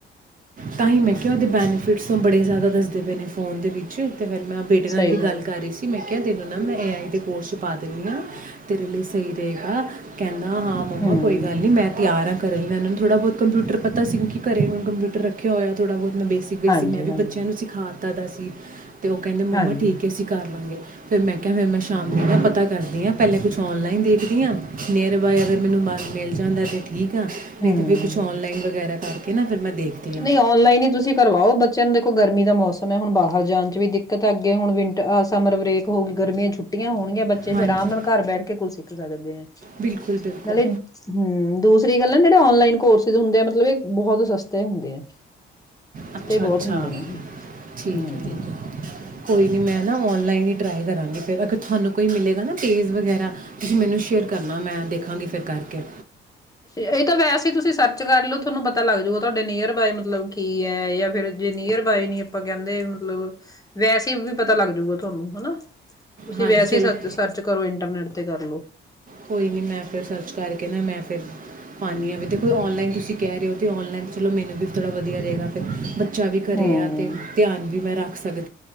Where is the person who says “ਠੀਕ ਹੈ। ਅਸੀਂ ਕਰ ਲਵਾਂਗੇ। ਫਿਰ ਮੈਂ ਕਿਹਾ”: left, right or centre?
Right